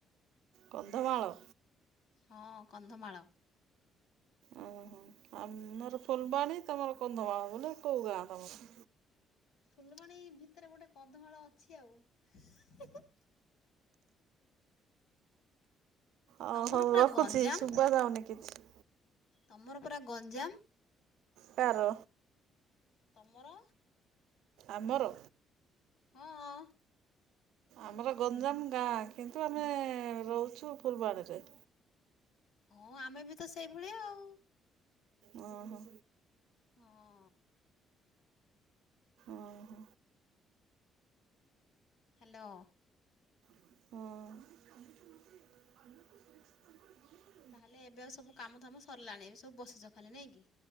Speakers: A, on the right (about 80°); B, on the left (about 60°).
A: କନ୍ଧମାଳ
B: ହଁ କନ୍ଧମାଳ
A: ଉଁ ହୁଁ ଆମର ଫୁଲବାଣୀ ତମର କନ୍ଧମାଳ ବୋଲେ କୋଉ ଗାଁ ତମର?
B: ଫୁଲବାଣୀ ଭିତରେ ଗୋଟେ କଧମାଳ ଅଛି ଆଉ ହି ହି।
A: ଅ
B: ତମର
A: ହଉ
B: ପୁରା
A: ରଖୁଛି
B: ଗଞ୍ଜାମ
A: ଶୁଭ ଯାଉନି କିଛି
B: ତମର ପୁରା ଗଞ୍ଜାମ?
A: କାର
B: ତମର
A: ଆମର
B: ହଁ ଅ
A: ଆମର ଗଞ୍ଜାମ ଗାଁ କିନ୍ତୁ ଆମେ ରହୁଛୁ ଫୁଲବାଣୀରେ।
B: ହଁ ଆମେ ବି ତ ସେଇଭଳିଆ ଆଉ।
A: ଉଁ ହୁଁ
B: ହଁ
A: ଓଁହ
B: ହାଲୋ
A: ହଁ
B: ତାହେଲେ ଏବେ ଆଉ ସବୁ କାମଧାମ ସରିଲାଣି ଏବେ ସବୁ ବସିଛ ଖାଲି ନାଇଁ କି?